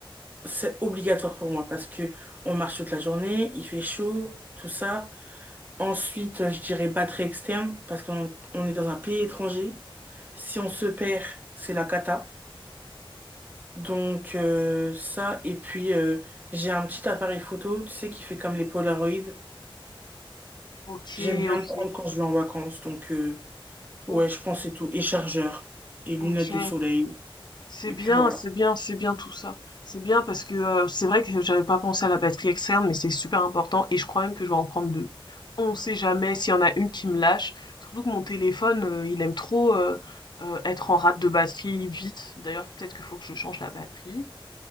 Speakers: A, on the right; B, on the left.
A: C'est obligatoire pour moi parce que on marche toute la journée, il fait chaud, tout ça. Ensuite, euh, je dirais batterie externe parce qu'on on est dans un pays étranger. Si on se perd, c'est la cata. Donc euh, ça, et puis euh, j'ai un petit appareil photo, tu sais, qui fait comme les Polaroids.
B: OK,
A: J'aime bien
B: OK.
A: le prendre quand je vais en vacances. Donc euh, ouais,
B: O
A: je pense que c'est tout. Et chargeur, et lunettes
B: OK.
A: de soleil.
B: C'est
A: Et
B: bien,
A: puis voilà.
B: c'est bien, c'est bien tout ça. C'est bien parce que euh, c'est vrai que j'avais pas pensé à la batterie externe, mais c'est super important et je crois même que je vais en prendre deux. On sait jamais s'il y en a une qui me lâche. Surtout que mon téléphone, euh, il aime trop euh, euh, être en rate de batterie vite. D'ailleurs, peut-être qu'il faut que je change la batterie.